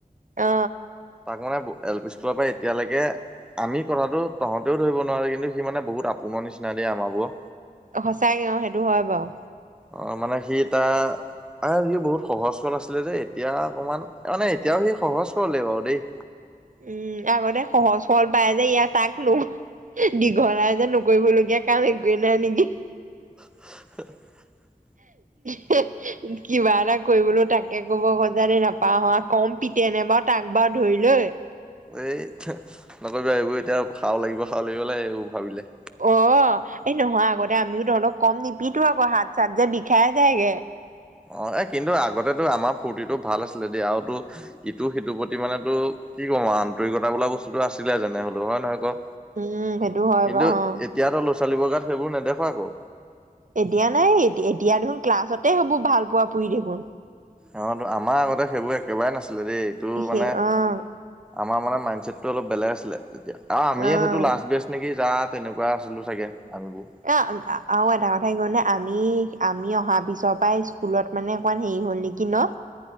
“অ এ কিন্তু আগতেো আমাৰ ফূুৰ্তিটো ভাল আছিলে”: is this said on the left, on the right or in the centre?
Centre